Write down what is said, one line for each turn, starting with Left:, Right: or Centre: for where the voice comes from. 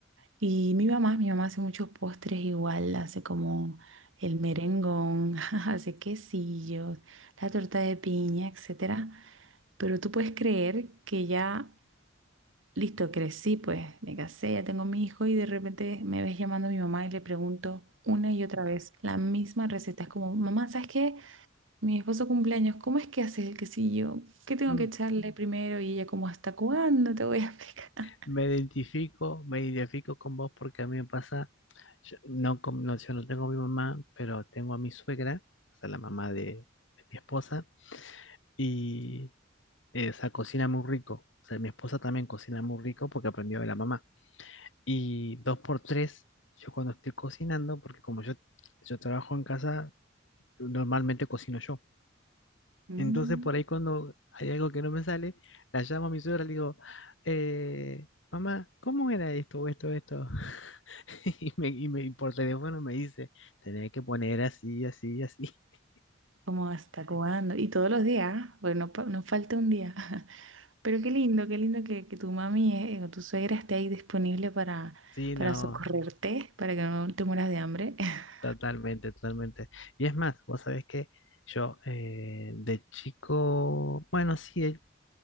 Right: Y mi mamá, mi mamá hace muchos postres igual, hace como el merengón, <laughs> hace quesillos, la torta de piña, etcétera. Pero tú puedes creer que ya, listo, crecí, pues me casé, ya tengo mi hijo y de repente me ves llamando a mi mamá y le pregunto una y otra vez la misma receta. Es como, mamá, ¿sabes qué? Mi esposo cumpleaños, ¿cómo es que haces el quesillo? ¿Qué tengo
Left: Mm.
Right: que echarle primero? Y ella, como, ¿hasta cuándo te voy a explicar? <laughs>
Left: Me identifico, me identifico con vos porque a mí me pasa, yo no, con- no, yo no tengo a mi mamá, pero tengo a mi suegra, o sea, la mamá de, de mi esposa, y eh, o sea, cocina muy rico. O sea, mi esposa también cocina muy rico porque aprendió de la mamá. Y dos por tres, yo cuando estoy cocinando, porque como yo, yo trabajo en casa, normalmente cocino yo.
Right: Mm,
Left: Entonces, por ahí cuando hay algo que no me sale, la llamo a mi suegra y le digo, eh, mamá, ¿cómo era esto o esto, esto? <laughs> Y me, y me- y por teléfono me dice, tenés que poner así, así, así. <laughs>
Right: Como, ¿hasta cuándo? Y todos los días, bueno, no, pa- no falta un día. <laughs> Pero qué lindo, qué lindo que, que tu mami eh, o tu suegra esté ahí disponible para,
Left: Sí,
Right: para
Left: no,
Right: socorrerte, para que no te mueras de hambre. <laughs>
Left: totalmente, totalmente. Y es más, vos sabés que yo eh, de chico, bueno, sí, eh,